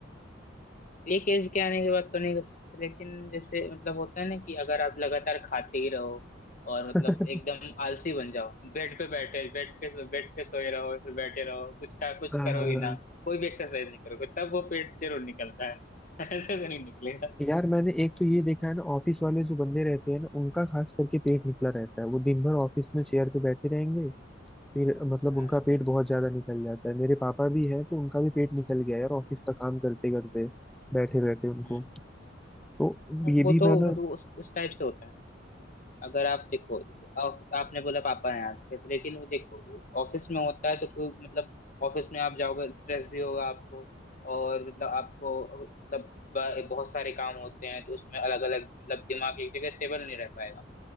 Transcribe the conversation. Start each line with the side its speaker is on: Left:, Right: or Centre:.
Left: एक एज के आने के बाद तो नहीं कर सकते लेकिन जैसे मतलब होता है ना कि अगर आप लगातार खाते ही रहो और
Centre: <laughs>
Left: मतलब एकदम
Centre: हाँ
Left: आलसी बन जाओ बेड पे बैठे बेड पे बेड पे सोए रहो फिर बैठे रहो कुछ का कुछ
Centre: हाँ
Left: करोगे ना कोई भी एक्सरसाइज नहीं करोगे तब वो पेट जरूर निकलता है <laughs> ऐसे तो नहीं निकलेगा
Centre: यार मैंने एक तो ये देखा है ना ऑफिस वाले जो बंदे रहते हैं ना उनका खास करके पेट निकला रहता है वो दिन भर ऑफिस में चेयर पे बैठे रहेंगे फिर मतलब
Left: हाँ
Centre: उनका पेट बहुत ज्यादा निकल जाता है मेरे पापा भी हैं तो उनका भी पेट निकल गया यार ऑफिस का काम करते करते बैठे बैठे उनको
Left: हम्म
Centre: तो
Left: वो
Centre: ये भी
Left: तो
Centre: मैं ना
Left: मतलब उस, उस टाइप से होता है अगर आप देखो जैसे आप- आपने बोला पापा हैं आपके तो लेकिन वो देखो ऑफिस में होता है तो कोई मतलब ऑफिस में आप जाओगे स्ट्रेस भी होगा आपको और मतलब आपको मतलब ब- बहुत सारे काम होते हैं तो उसमें अलग अलग मतलब दिमाग एक जगह स्टेबल नहीं रह पाएगा